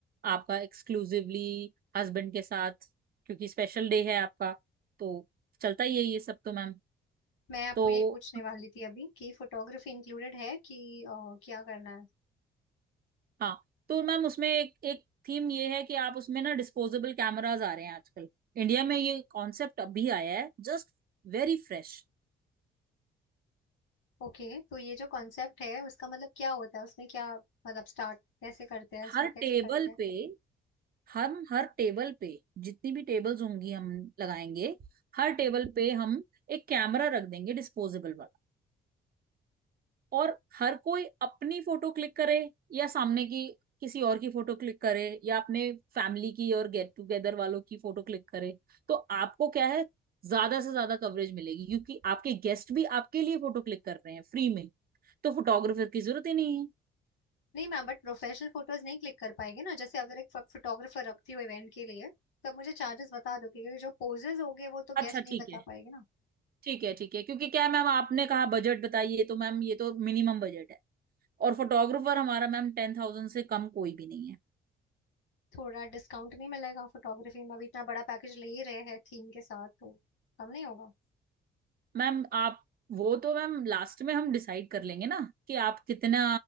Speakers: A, on the right; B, on the left.
A: आपका एक्सक्लूसिवली हस्बैंड के साथ क्योंकि स्पेशल डे है आपका तो चलता ही है ये सब तो मैम
B: मैं आपको
A: तो
B: यही पूछने वाली थी अभी कि फोटोग्राफी इंक्लूडेड है कि अ, क्या करना है
A: हाँ तो मैम उसमें एक एक थीम ये है कि आप उसमें ना डिस्पोजेबल कैमराज आ रहे हैं आजकल इंडिया में ये कॉन्सेप्ट अभी आया है जस्ट वेरी फ्रेश
B: ओके तो ये जो कॉन्सेप्ट है उसका मतलब क्या होता है उसमें क्या मतलब स्टार्ट कैसे करते हैं इसको
A: हर
B: कैसे
A: टेबल
B: करते हैं
A: पे हम हर टेबल पे जितनी भी टेबल्स होंगी हम लगाएंगे हर टेबल पे हम एक कैमरा रख देंगे डिस्पोजेबल वाला और हर कोई अपनी फोटो क्लिक करे या सामने की किसी और की फोटो क्लिक करे या अपने फैमिली की और गेट टुगेदर वालों की फोटो क्लिक करे तो आपको क्या है ज्यादा से ज्यादा कवरेज मिलेगी क्योंकि आपके गेस्ट भी आपके लिए फोटो क्लिक कर रहे हैं फ्री में तो फोटोग्राफर की जरूरत ही नहीं है
B: नहीं मैम बट प्रोफेशनल फोटोज नहीं क्लिक कर पाएगी ना जैसे अगर एक फोटोग्राफर रखती हूँ इवेंट के लिए तो आप मुझे चार्जेस बता दो क्योंकि जो पोजेज हो गए वो तो
A: अच्छा
B: गेस्ट नहीं
A: ठीक
B: बता
A: है
B: पाएगी ना
A: ठीक है ठीक है क्योंकि क्या है मैम आपने कहा बजट बताइए तो मैम ये तो मिनिमम बजट है और फोटोग्राफर हमारा मैम टेन थाउजेंड से कम कोई भी नहीं है
B: थोड़ा डिस्काउंट नहीं मिलेगा फोटोग्राफी में अभी इतना बड़ा पैकेज ले ही रहे हैं थीम के साथ तो कम नहीं होगा
A: मैम आप वो तो मैम लास्ट में हम डिसाइड कर लेंगे ना कि आप कितना